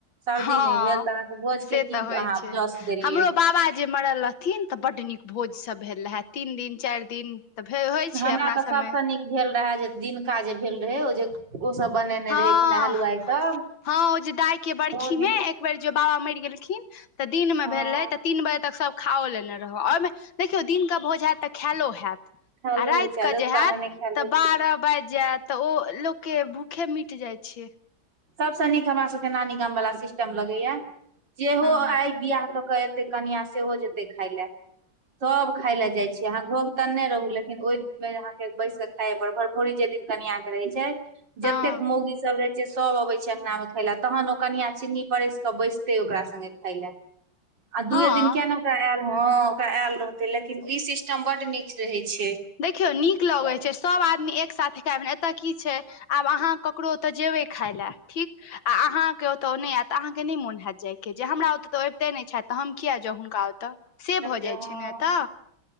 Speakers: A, on the right; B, on the left.
A: सर्दी
B: हँ
A: नहि भेल तऽ अहाँके भोजके
B: से
A: की
B: तऽ होइ
A: अहाँ
B: छै
A: जस देलियै।
B: हमरो
A: <unintelligible>
B: बाबा जे मरल रहथिन तऽ बड्ड नीक भोजसभ भेल रहै तीन दिन चारि दिन, तऽ फेर होइ छै
A: हमरा
B: अपना
A: तऽ
B: सभमें,
A: सभसँ नीक भेल रहेँ जे दिनका जे भेल रहे ओ जे? ओ सब बने, ने
B: हँ
A: रहे खेनाइ हलुआई सब,
B: हँ ओ जे दाय के बरखी
A: ओ नीक
B: में एक बेेर जे बाबा मैर गेलखिन। तऽ दिनमें
A: हँ
B: भेल रहै तऽ तीन बजे तक सब, खाओ लेने रहूँ आ ओहिमे देखियौ दिनके भोज हैत खैलो हैत,
A: खायलो
B: आ राति
A: होइ छै
B: के
A: रतुका
B: जे हैत
A: मे नहि खायल
B: तऽ
A: होइ छै
B: बारह बाजि जायत। तऽ ओ लोकके भूखे मिट जाइ छै।
A: सबस नीक हमरा सबके नानी गाम वला सिस्टम लगैया, जेहो
B: हँ
A: आइ बियाह कऽ-कऽ एयतै कनिआँ सेहो जेतै खाय लए, सब खाय ले जाइ छियै अहाँ घोघ तैनने रहु लेकिन ओहि मे अहाँके बैस के खायए परत भरफोरी जे दिन, कनियाँ के रहे छै
B: हँ
A: जतेक मोगी सब रहे, जे सब अबै छै अंगना में खाय लए तहन नाऊ कनिया चीन्नी परैस कऽ बैसते ओकरा संगे खाय लऽ, आ दुए
B: हँ
A: दिन किया नै। <unintelligible> आयल हँ ओकरा आयल रहतै लेकिन ई सिस्टम बड नीक रहे छै,
B: देखियौ नीक
A: किया
B: लगै छै सभ आदमी एक साथ खैब ने एतय की छै, आब अहाँ ककरो ओतय जेबै खाय लए ठीक। आ अहाँके ओतय नहि आयत अहाँके नहि मोन होयत जायके जे हमरा ओतय तऽ अबिते नहि छथि तऽ हम किया जाउ हुनका ओत। <unintelligible> तऽ से भऽ
A: जे
B: जाइ
A: हँ
B: छै ने तऽ,